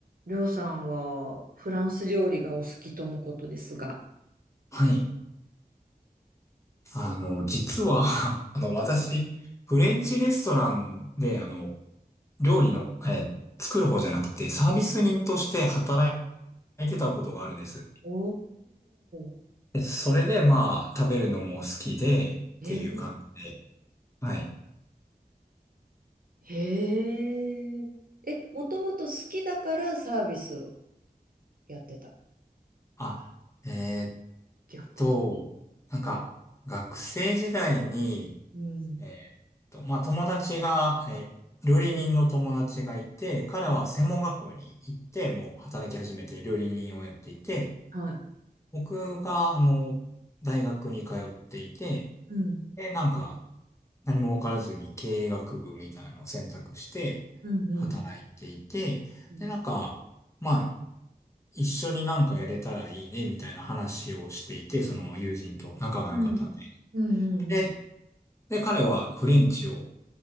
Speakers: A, on the right; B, on the left.
A: りょうさんはフランス料理がお好きとのことですが。
B: はい。あの、実は、<laughs> あの、私、フレンチレストランで、あの、料理の、えー作る方じゃなくて、サービス人として働いてたことがあるんです。
A: おー。
B: で、それで、まあ、食べるのも好きで、っていう感じで、
A: へえ
B: はい。
A: へえ、え、もともと好きだからサービスやってた。
B: あ、えーっ
A: 逆
B: と、なんか、学生時代に、
A: うん。
B: えーっと、まあ、友達が、えー料理人の友達がいて、彼は専門学校に行って、もう働き始めて料理人をやっていて、
A: はい。
B: 僕が、あの、大学に通っていて、
A: うん。
B: で、なんか、何も分からずに経営学部みたいなのを選択して働いていて、
A: うん。うん。うん。
B: で、なんか、まあ、一緒になんかやれたらいいね、みたいな話をしていて、その友人と仲が良かったんで。
A: うん。う
B: で、
A: ん。
B: で、彼はフレンチを